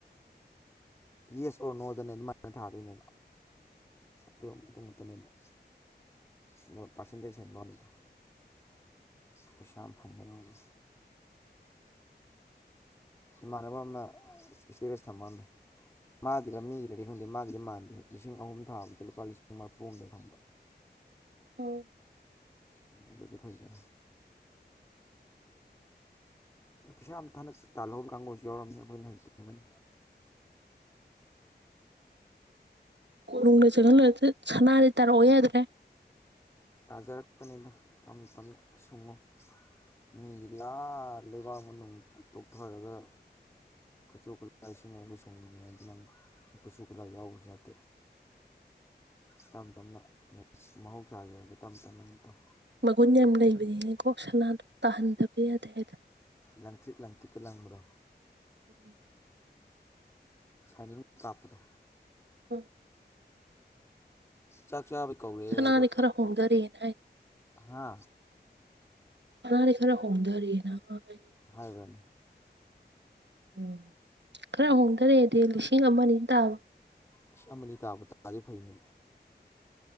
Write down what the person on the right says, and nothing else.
ꯎꯝ
ꯀꯣꯅꯨꯡꯗ ꯆꯪꯍꯜꯂꯗꯤ ꯁꯅꯥꯗꯤ ꯇꯥꯔꯛꯑꯣ ꯌꯥꯗ꯭ꯔꯦ
ꯃꯒꯨꯟ ꯌꯥꯝ ꯂꯩꯕꯅꯤꯅꯦ ꯀꯣꯛ ꯁꯅꯥꯗꯣ ꯇꯥꯍꯟꯗꯕ ꯌꯥꯗꯦ ꯍꯥꯏꯗ
ꯎꯝ
ꯑꯣ
ꯁꯅꯥꯗꯤ
ꯈꯔ ꯍꯣꯡꯗꯔꯦꯅ ꯍꯥꯏ
ꯁꯅꯥꯗꯤ ꯈꯔ ꯍꯣꯡꯗꯔꯦꯅ ꯍꯥꯢ
ꯎꯝ ꯈꯔ ꯍꯣꯡꯗꯔꯦꯗꯤ ꯂꯤꯁꯤꯡ ꯑꯃ ꯑꯅꯤ ꯇꯥꯕ